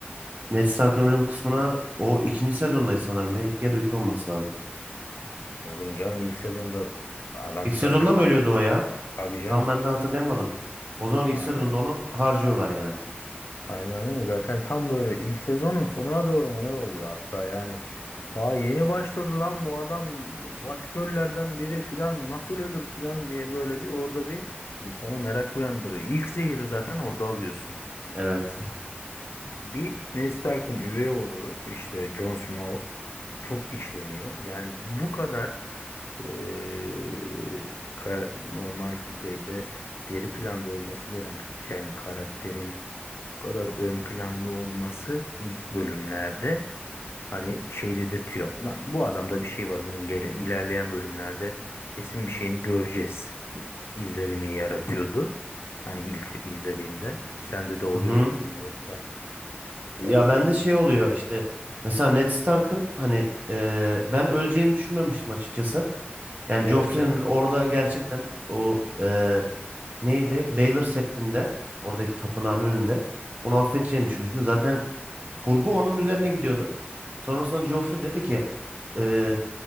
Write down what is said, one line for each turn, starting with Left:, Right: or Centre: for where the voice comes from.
Right: Ned Stark'ın ölüm kısmına o ikinci sezondayız sanırım ya. İki ya da üç olması lazım.
Left: Oğlum canım ilk sezonda adam
Right: İlk sezonda
Left: zaten
Right: mı ölüyordu o ya?
Left: abi canım.
Right: Tam ben de hatırlayamadım. O zaman ilk
Left: Aynen.
Right: sezonda onu harcıyorlar yani.
Left: Aynen öyle. Zaten tam böyle ilk sezonun sonuna doğru mu ne oluyor hatta yani daha yeni başladı lan bu adam başrollerden biri filan nasıl ölür filan diye böyle bir orada bir insana merak uyandırıyor. İlk zehri zaten orada alıyorsun.
Right: Evet.
Left: Bir Ned Stark'ın üvey oğlu işte Jon Snow çok işleniyor. Yani bu kadar eee, ka- normal düzeyde geri planda olması gereken karakterin bu kadar ön planda olması ilk bölümlerde hani şey dedirtiyor. Ulan bu adamda bir şey var bunun gele ilerleyen bölümlerde kesin bir şeyini göreceğiz de- izlenimi yaratıyordu. Hani ilk izlediğimde sende de oluyor
Right: Hı hı.
Left: mu bilmiyorum da.
Right: Ya
Left: Eee,
Right: bende şey oluyor işte. Mesela Ned Stark'ın hani e, ben öleceğini düşünmemiştim açıkçası. Yani
Left: evet
Right: Joffrey'nin
Left: evet.
Right: orada gerçekten o e, neydi? Baylor Sept'inde oradaki tapınağın önünde onu affedeceğini düşünmüştüm. Zaten kurgu onun üzerine gidiyordu. Sonrasında Joffrey dedi ki e,